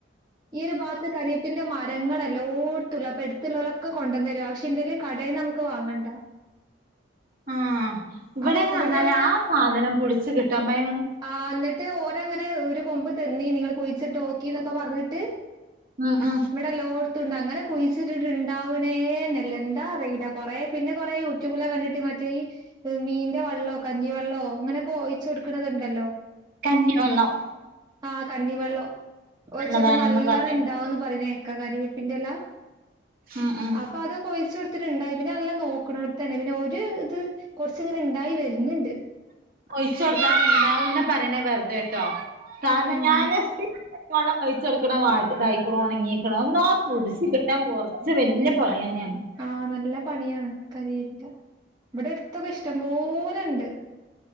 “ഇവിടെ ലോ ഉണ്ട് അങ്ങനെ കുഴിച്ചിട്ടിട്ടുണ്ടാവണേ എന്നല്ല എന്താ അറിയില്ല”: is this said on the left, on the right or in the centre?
Right